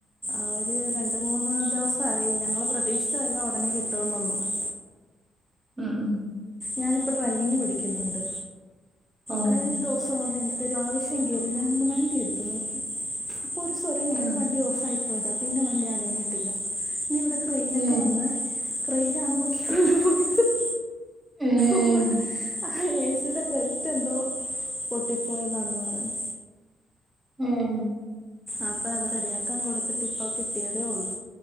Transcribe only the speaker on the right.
ഉം ഉം
ഓ
ആഹ്
ഏ
ഏഹ്
മ്മ്